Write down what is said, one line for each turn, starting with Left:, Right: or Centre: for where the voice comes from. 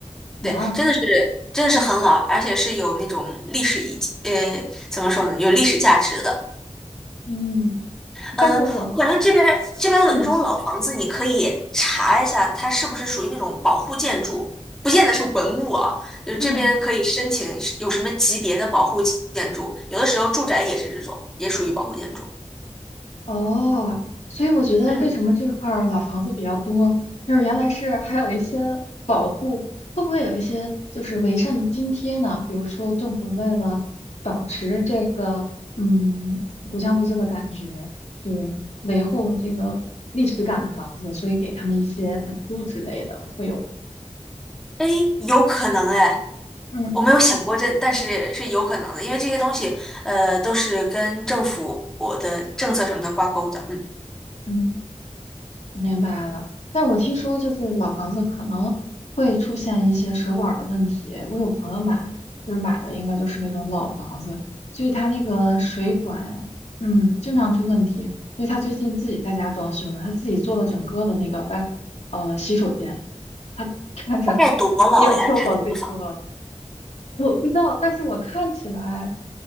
Left: 哇，
Centre: 对，真的是真的是很老，
Left: 嗯
Centre: 而且是有那种历史遗迹，呃，怎么说呢，有历史价值的。
Left: 嗯，
Centre: 嗯，
Left: 但是我。
Centre: 我感觉这边这边的那种老房子，
Left: 嗯。
Centre: 你可以查一下，它是不是属于那种保护建筑，不见得是文物啊。就是这边可以申请有什么级别的保护建筑，
Left: 嗯，
Centre: 有的时候住宅也是这种，也属于保护建筑。
Left: 哦，所以我觉得为什么这块儿老房子比较多，
Centre: 嗯，
Left: 就是原来是还有一些保护，会不会有一些就是完善的津贴呢？比如说政府为了保持这个嗯古香古色的感觉，是维护这个历史感的房子，所以给他们一些补助之类的，会有
Centre: 哎，有可能哎，
Left: 嗯
Centre: 我没有想过这，但是是有可能的，因为这些东西呃都是跟政府的政策什么的挂钩的。嗯，
Left: 嗯。明白了，但我听说就是老房子可能会出现一些水管儿的问题。我有朋友买，就是买的应该就是那种老房子，所以他那个水管，嗯，经常出问题。所以他最近自己在家装修呢，他自己做了整个的那个把呃洗手间，他看着
Centre: 大概多老呀？
Left: <laughs> 要 o
Centre: 他那个房，
Left: 我 t 自己做了，我不知道，但是我看起来